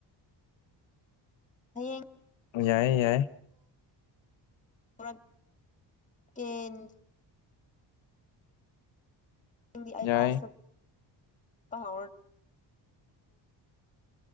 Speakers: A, on the left; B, on the left.
A: ꯑꯌꯦꯡ
B: ꯌꯥꯏ ꯌꯥꯏ
A: ꯔ ꯆꯀꯦꯟ ꯍꯗꯤ ꯑꯥꯏ
B: ꯌꯥꯏ
A: ꯀ꯭ꯂꯥꯁ ꯄꯔ